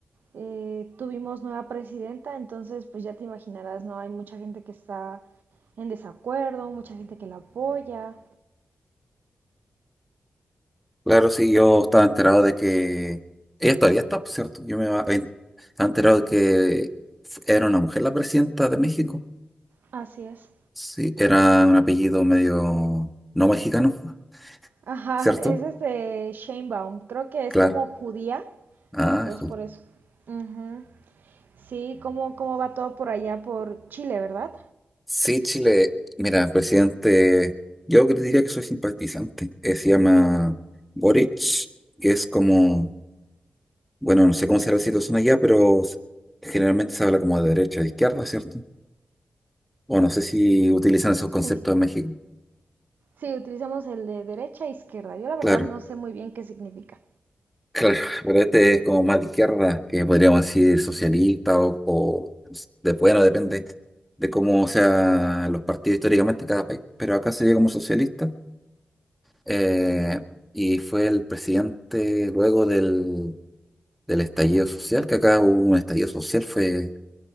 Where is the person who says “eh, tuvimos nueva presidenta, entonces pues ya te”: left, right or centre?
Right